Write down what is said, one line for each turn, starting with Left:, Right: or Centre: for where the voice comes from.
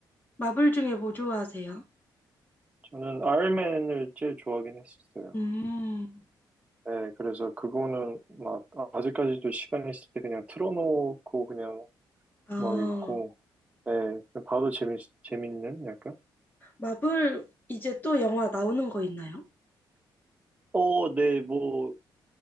Left: 마블 중에 뭐 좋아하세요?
Right: 저는 아이언맨을 제일 좋아하긴 했었어요.
Left: 음,
Right: 네, 그래서 그거는 막 아직까지도 시간 있을 때 그냥 틀어놓고 그냥
Left: 아,
Right: 막 있고, 네, 그냥 봐도 재밌, 재밌는 약간?
Left: 마블 이제 또 영화 나오는 거 있나요?
Right: 어, 네, 뭐,